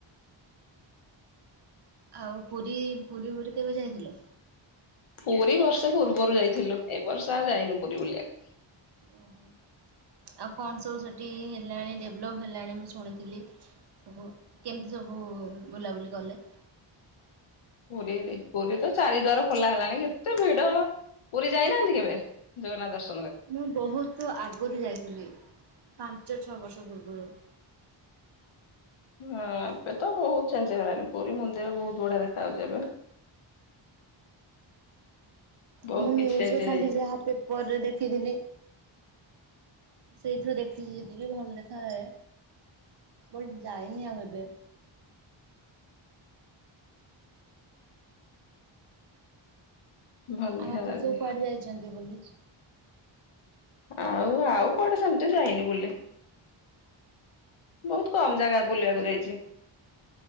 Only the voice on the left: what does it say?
ପୁରୀ ବର୍ଷ ପୂର୍ବରୁ ଯାଇଥିଲୁ ଏ ବର୍ଷ ଆଉ ଯାଇନୁ ପୁରୀ ବୁଲିବାକୁ।
ପୁରୀ ପୁରୀ ତ ଚାରି ଦ୍ୱା ଖୋଲା ହେଲାଣି କେତେ ଭିଡ ପୁରୀ ଯାଇନାହାନ୍ତି କେବେ ଜଗନ୍ନାଥ ଦର
ହଁ ଏବେ ତ ବହୁତ ଚେଞ୍ଜ ହେଇଲାଣି ପୁରୀ ମନ୍ଦିର ବହୁତ ବଢିଆ ଦେଖା ଯାଉଛି ଏବେ। ବହୁତ
କିଛି ଚେଞ୍ଜ
ହେଇଯାଇଛି
ଭଲ
ଦେଖାଯାଉଛି
ଆଉ ଆଉ କୁଆଡେ ସେମିତି ଯାଇନି ବୁଲେ ବହୁତ କମ ଜାଗା ବୁଲିବାକୁ ଯାଇଛି